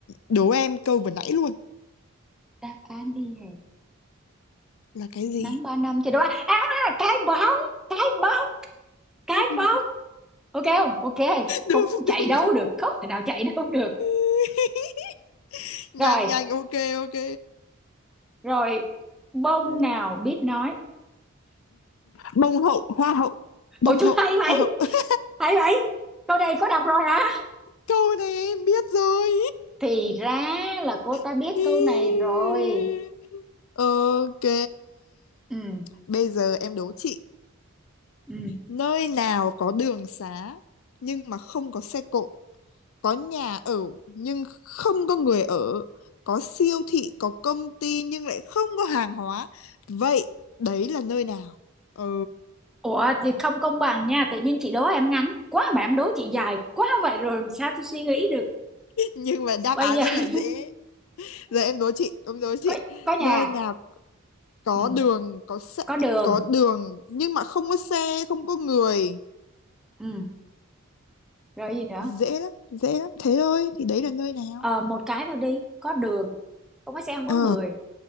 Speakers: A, on the left; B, in the centre.
A: đố em câu vừa nãy luôn
B: đáp án y hệt
A: là cái gì
B: nắng ba năm thì đúng à, à cái bóng cái bóng cái
A: <laughs>
B: bóp ok không ok
A: đúng
B: không chạy
A: đúng
B: đâu
A: đúng
B: được không thể nào chạy <laughs> đâu được
A: <laughs>
B: rồi
A: nhanh nhanh ok ok
B: rồi bông
A: Ừ.
B: nào biết nói
A: bông hậu hoa hậu bông
B: ôi chú
A: hậu
B: hay vậy
A: hoa hậu <laughs>
B: hay vậy câu này có đọc rồi hả
A: câu này em biết rồi
B: thì ra là cô ta biết
A: <laughs>
B: câu này rồi
A: ok
B: ừ
A: bây giờ em đố chị
B: ừ
A: Nơi nào có đường xá nhưng mà không có xe cộ, có nhà ở nhưng không có người ở, có siêu thị, có công ty nhưng lại không có hàng hóa. Vậy đấy là nơi nào? Ừ.
B: ủa thì không công bằng nha tự nhiên chị đố em ngắn quá mà em đố chị dài quá vậy rồi làm sao tôi suy nghĩ được
A: <laughs> Nhưng mà đáp
B: bây
A: án
B: giờ
A: rất là dễ.
B: <laughs>
A: Giờ em đố chị, em đố chị.
B: có có nhà
A: Nơi nào có
B: ừ
A: đường, có xe,
B: có đường
A: có đường nhưng mà không có xe, không có người.
B: ừ rồi gì nữa
A: Dễ lắm, dễ lắm. Thế thôi thì đấy là nơi nào?
B: ờ một cái thôi đi có đường không có xe không
A: Ờ,
B: có người